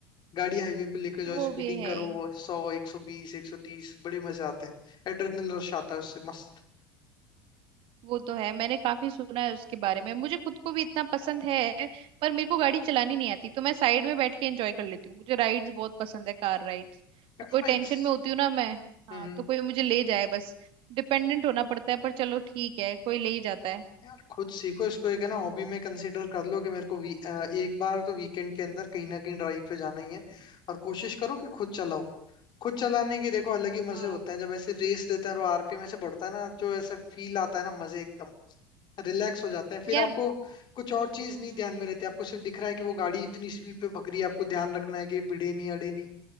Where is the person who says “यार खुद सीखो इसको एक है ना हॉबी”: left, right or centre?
Left